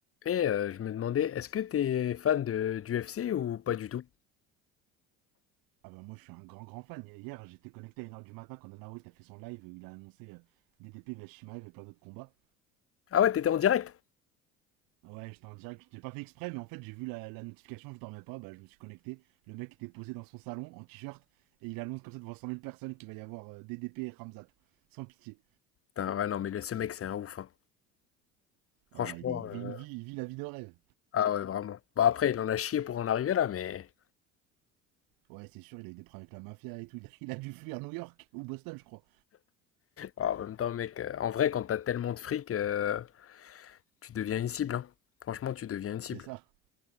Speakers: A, on the left; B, on the right.
A: Et euh, je me demandais, est-ce que t'es fan de, du UFC ou pas du tout?
B: Ah bah moi je suis un grand grand fan. Hier j'étais connecté à une heure du matin quand Dana White a fait son live, il a annoncé euh, DDP vs Shimaev et plein d'autres combats.
A: Ah ouais, t'étais en direct?
B: Ouais j'étais en direct, j'ai pas fait exprès mais en fait j'ai vu la, la notification, je dormais pas, bah je me suis connecté. Le mec était posé dans son salon en t-shirt et il annonce comme ça devant cent mille personnes qu'il va y avoir euh, DDP et Ramzat. Sans pitié.
A: Putain, ouais, non, mais le- ce mec, c'est un ouf, hein. Franchement,
B: Ouais il, est- il
A: euh,
B: vit une vie, il vit la vie de rêve.
A: ah ouais, vraiment. Bah après, il en a chié pour en arriver là, mais
B: Ouais c'est sûr il a eu des problèmes avec la mafia et tout, il a, il a dû fuir New York ou Boston je crois.
A: ah, en même temps, mec, euh, en vrai, quand t'as tellement de fric, euh, tu deviens une cible, hein. Franchement, tu deviens une cible.
B: C'est ça.